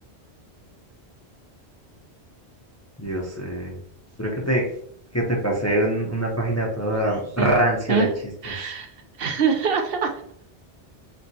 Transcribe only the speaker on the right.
Ah, ah.
<laughs>